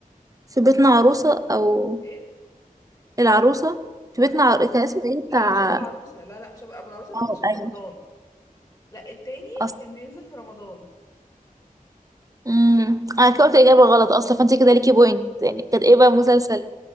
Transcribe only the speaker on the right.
في بيتنا عروسة أو
العروسة
في بيتنا عر... كان اسمه ايه
بتاع
اه
ايوه
اصل
امم انا كده قلت اجابه غلط اصلا فانت كده ليكي بوينت يعني كانت ايه بقى مسلسل